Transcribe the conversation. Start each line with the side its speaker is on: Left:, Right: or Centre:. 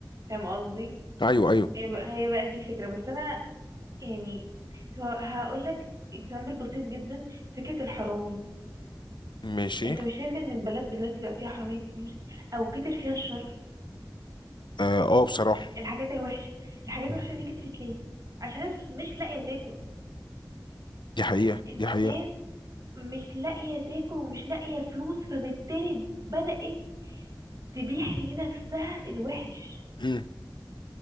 Right: فاهم قصدي
Left: ايوه ايوه
Right: هي بقى, هي بقى دي الفكرة بس انا يعني هقول لك اكزامبل بسيط جدا فكرة الحرامي
Left: ماشي
Right: انت مش شايف ان البلد دلوقتي بقى فيها حرامية كتير او كتر فيها الشر
Left: اه آه، بصراحه
Right: الحاجات الوحشة الحاجات الوحشة دي كترت ليه عشان الناس مش لاقية تاكل
Left: دي حقيقه
Right: الناس
Left: دي حقيقه
Right: مش لاقية تاكل ومش لاقية فلوس فبالتالي بدأت تبيح لنفسها الوحش
Left: امم